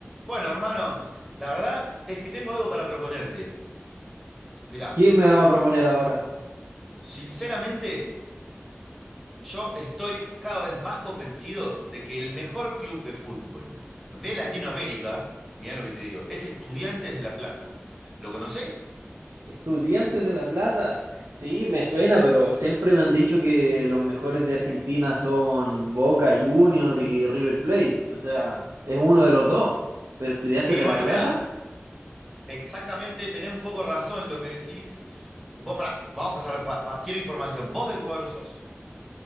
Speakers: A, in the centre; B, on the right.
A: Bueno, hermano, la verdad es que tengo algo para proponerte. Mirá,
B: ¿Quién me va a proponer ahora?
A: sinceramente, yo estoy cada vez más convencido de que el mejor club de fútbol de Latinoamérica, mirá lo que te digo, es Estudiantes de La Plata. ¿Lo conoces?
B: Estudiantes de La Plata. Sí, me suena, pero siempre me han dicho que los mejores de Argentina son Boca Junior y River Plate. O sea, es uno de los dos. Pero Estudiantes
A: Y
B: de
A: bueno,
B: La Plata.
A: mirá, exactamente tenés un poco razón lo que decís. Vos, pará, vamos a empezar. pa- pa- quiero información. ¿Vos de qué cuadro sos?